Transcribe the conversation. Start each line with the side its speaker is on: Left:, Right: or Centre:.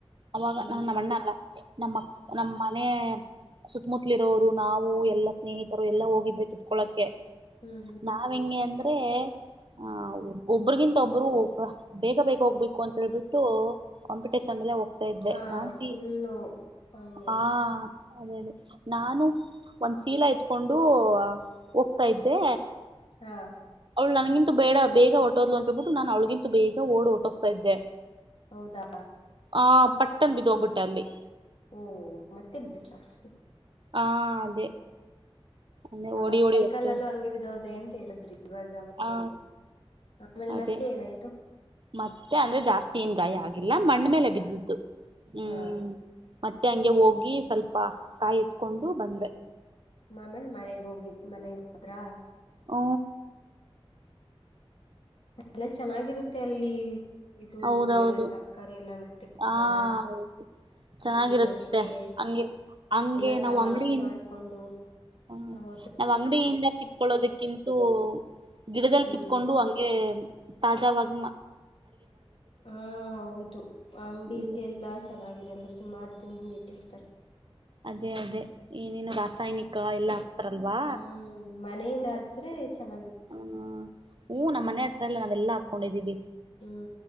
Right: ಅವಾಗ
Left: ಹ್ಮ್
Right: ನ ಅಣ್ಣ ಅಲ್ಲ ನಮ್ಮ ನಮ್ಮ ಮನೆ ಸುತ್ತಮುತ್ತಲಿ ಇರೋರು ನಾವು ಎಲ್ಲಾ ಸ್ನೇಹಿತರು ಎಲ್ಲಾ ಹೋಗಿದ್ೆ ಕಿತ್ಕೊಳಕ್ಕೆೆ
Left: ಹ್ಮ್ ಹ್ಮ್
Right: ನಾವ ಹೆಂಗೆ ಅಂದ್ರೆ ಆ ಒ ಒಬ್ರಗಿಂತ ಒಬ್ಬರು ಬೇಗ ಬೇಗ ಹೋಗ್ಬೇಕು ಅಂತ ಹೇಳ್ಬಿಟ್ಟು ಕಾಂಪಿಟೇಷನ್ ಮೇಲೆೋಗ ತ ಇದೆ
Left: ಕಾ
Right: ನಾನ್ಚಿ
Left: ಫುಲ್ಲು ಹಂಗೆ
Right: ಹಾ ಅದೇ ಅದೇ ನಾನು ಒಂದ್ ಚೀಲ ಇತ್ಕೊಂಡು ಹೋಗ್ತಾ ಇದ್ದೆ
Left: ಹಾ
Right: ಅವಳ ನನ್ಗಿಂತ ಬೇಡ ಬೇಗ ಹೊಟದ್ ಅಂತೇಳ್ಬಿಟ್ಟು ನಾನನ್ ಅವಳಗಿಂತ ಬೇಗ ಓಡ್ ಹೊಟೋಗ್ತಾ್ದೆ
Left: ಹೌದಾ
Right: ಆ ಪಟ್ಟನ್ ಬಿದ ಹೋಗ್ಬಿಟ್ಟೆ ಅಲ್ಲಿ
Left: ಓ ಮತ್ತೆ ಬಿಟ್ರಾಸ
Right: ಹಾ ಅದೇ ಅದೇ
Left: ಅವಾಗ
Right: ಓಡಿ ಓಡಿ
Left: ಸೈಕಲ್
Right: ಹೋಗ್ತೇನೆ
Left: ಅಲ್ಲೂ ಹಂಗೆ ಬಿದ್ದೋದೇನ್ ಮತ್ತೆ
Right: ಆ
Left: ಬಿ ಆಮೇಲೆ
Right: ಅದೇ
Left: ಮತ್ತೆ ಏನಾಯ್ತು
Right: ಮತ್ತೆ ಅಂದ್ರೆ ಜಾಸ್ತಿ ಏನ್ ಗಾಯ ಆಗಿಲ್ಲ ಮಣ್ಣ್ಮೇಲೆ
Left: ಹಾ
Right: ಬಿದ್ದಿದ್ದು
Left: ಹಾ
Right: ಹ್ಮ್
Left: ಹಾ
Right: ಮತ್ತೆ ಹಂಗೆ ಹೋಗಿ ಸ್ವಲ್ಪ ಕಾಯಿ ಎತ್ಕೊಂಡು
Left: ಹ್ಮ್
Right: ಬಂದ್ವೆ
Left: ಮಾಮೇಲಿ ಮನೆಗ್ ಹೋಗಿದ್ ಮನೆಗ್ ಹದ್ರ
Right: ಹ
Left: ಅಲ್ಲ ಚೆನ್ನಾಗಿರುತ್ತೆ ಅಲ್ಲಿ ಇದು
Right: ಹೌದೌದು
Left: ಎಲ್ಲಾ ತರಕಾರಿ ಎಲ್ಲಾ ನೆಟ್ಟಿ ಇತಾರ
Right: ಹಾ ಹೌದು ಚೆನ್ನಾಗಿರುತ್ತೆ
Left: ಎಲ್ಲ ಕೇಳೋದಿಕ್ಕೆ
Right: ಹಂಗೆ ಹಂಗೆ
Left: ಎಲ್ಲಾ
Right: ನಾವು
Left: ತಮಾಷೆ
Right: ಅಂಗಡಿಯಿಂದ
Left: ಮಾಡ್ಕೊಂಡು
Right: ಹ
Left: ಸಾವ
Right: ನಾವ್ ಅಂಗಡಿಯಿಂದ ಕಿತ್ಕೊಳ್ಳೋದಕ್ಕಿಂತೂ ಗಿಡದಲ್ಲಿ
Left: ಹ್ಮ್
Right: ಕಿತ್ಕೊಂಡು ಹಂಗೆ ತಾಜಾವಾಗ
Left: ಹಾ ಹೌದು ಅಂಗಡಿ
Right: ಹ್ಮ್
Left: ಎಲ್ಲಾ ಚೆನ್ನಾಗಿರಲ್ಲ ಸುಮಾರು ತಿು ನಟ್ಟರ್ತಾರೆ
Right: ಅದೇ ಅದೇ ಏನೇನು ರಾಸಾಯನಿಕ ಎಲ್ಲ ಆಗ್ತಾರಲ್ವಾ
Left: ಹ್ಮ್ ಮನೆಯಿಂದ
Right: ಅದಕ್ಕೆ
Left: ಆದ್ರೆ ಚೆನ್ನಾಗಿರುತ್ತೆ
Right: ಹೂ ಹೂ ನಮ್ಮ್ನೆ ಹತ್ರ ಎಲ್ಲಾಾವ ಎಲ್ಲಾ ಹಾಕೊಂಡಿದ್ದೀವಿ
Left: ಹೂ